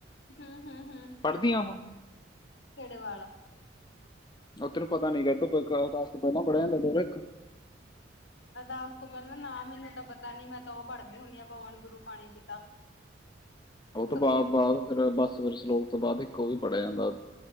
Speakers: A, on the left; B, on the left.
A: ਹੂੰ-ਹੂੰ, ਹੂੰ
B: ਪੜ੍ਹਦੀਆਂ ਉਹ?
A: ਕਿਹੜੇ ਵਾਲਾ?
B: <unintelligible>
A: ਅਰਦਾਸ ਤੋਂ ਪਹਿਲਾਂ ਨਾ ਮੈਨੂੰ ਤਾਂ ਪਤਾ ਨੀ ਮੈਂ ਤਾਂ ਉਹ ਪੜਦੀ ਹੁਨੀ ਆ ਪਵਨ ਗੁਰੂ ਪਾਣੀ ਪਿਤਾ।
B: ਉਹ ਤੋਂ
A: ਸਲੋਕ
B: ਬਾਦ-ਬਾਦ ਫਿਰ ਬਸ ਸਵੇਰ ਸਲੋਕ ਤੋਂ ਬਾਦ ਇੱਕ ਉਹ ਵੀ ਪੜਿਆ ਜਾਂਦਾ